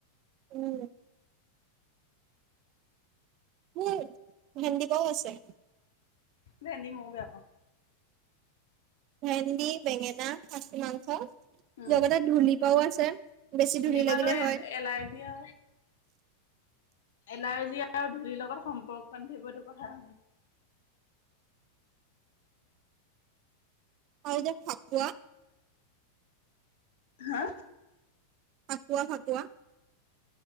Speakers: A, on the right; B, on the left.
A: উম। মোৰ ভেন্দিকাও আছে
B: ভেন্দি মইয়ো বেয়া পাওঁ।
A: ভেন্দি, বেঙেনা, খাছী মাংস
B: উম।
A: লগতে ধূলিৰ পাওঁ আছে বেছি ধূলি
B: পৰাটো
A: লাগিলে হয়।
B: এল এলাৰ্জি আ এলাৰ্জি আৰু ধূলিৰ লগত সম্পৰ্ক বানন্ধিব এইটো কথা হ
A: আও যে ফাকুৱা
B: হা
A: ফাকুৱা ফাকুৱা